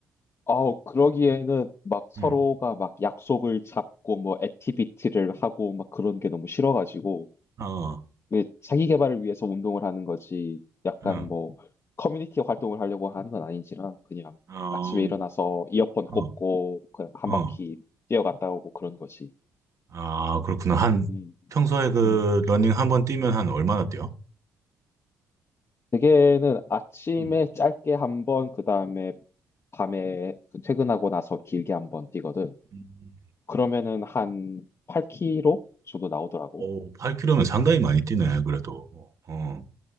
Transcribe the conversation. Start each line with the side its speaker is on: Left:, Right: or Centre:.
Left: 아우, 그러기에는 막 서로가
Right: 응.
Left: 막 약속을 잡고 뭐 액티비티를 하고 막 그런 게 너무 싫어가지고,
Right: 어,
Left: 이게 자기 개발을 위해서 운동을 하는 거지 약간
Right: 응.
Left: 뭐 커뮤니티 활동을 하려고 하는 건 아닌지라 그냥
Right: 어,
Left: 아침에 일어나서 이어폰 꽂고
Right: 어,
Left: 그냥 한
Right: 어.
Left: 바퀴 뛰어갔다 오고 그런 거지.
Right: 아, 그렇구나. 한
Left: 음,
Right: 평소에 그
Left: 음.
Right: 러닝 한번 뛰면 한 얼마나 뛰어?
Left: 대개는 아침에
Right: 음.
Left: 짧게 한 번, 그 다음에 밤에 그 퇴근하고 나서 길게 한 번 뛰거든.
Right: 음.
Left: 그러면은 한 8km 정도 나오더라고.
Right: 오, 8km면 상당히 많이 뛰네. 그래도. 어.